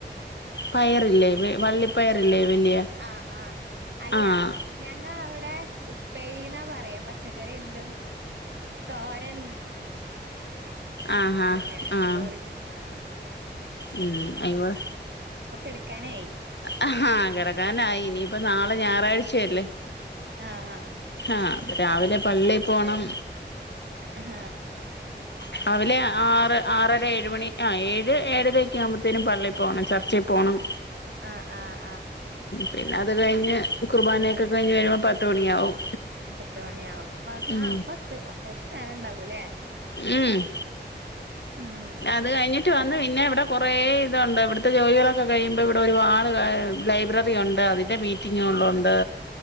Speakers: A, on the left; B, on the right.
A: പയറില്ലേ വള്ളിപ്പയറില്ലേ വലിയ
B: ആഹ ആഹ അല്ല
A: ആഹ്
B: ഞങ്ങളവിടെ ഉപ്പേരി ന്നാ പറയാ പച്ചക്കറി എന്തും തോരൻ
A: ആഹ്
B: അങ്ങനെ
A: ആഹ് ആഹ്
B: അപ്പൊ ഒരുര് ആ
A: ഉം അോൾ
B: കെടക്കാനായി
A: ആ കിടക്കാനായി ഇനിയിപ്പ നാളെ ഞായറാഴ്ച്ച യല്ലേ
B: ആഹ ആഹ്
A: ആഹ് പ്പരാവിലെ പള്ളി പോണം
B: ആഹ
A: രാവിലെ ആറ് ആറരെ ഴ് മണി ആ ഏഴ് ഏഴരക്കെ ആയു മ്പത്തേനും പള്ളി പോണം ചർച്ചി പോണം
B: ആ ആഅ
A: പിന്നത് കഴിഞ്ഞ് കുർബാനയൊക്കെ
B: അത്
A: കഴിഞ്ഞ് വരുമ്പോ പത്ത് മണിയാവും
B: പത്ത് മണിയാവും. പത്
A: ഉം
B: ആ പത്ത് അത്യാവശ്യം നേരണ്ടാവൂല്ലേ
A: ഉം
B: ഉം
A: അത് കഴിഞ്ഞ് റ്റ് വന്ന് പിന്നെ വിടെ കുറേ തുണ്ട് വിടുത്തെ ജോലികളൊക്കെ കഴിയുമ്പോ വിടെ ഒരുപാട് കായ് റ്റ് ലൈബ്രറി ഒണ്ട്, അതിൻ്റെ മീറ്റിങ്ങുകളുണ്ട്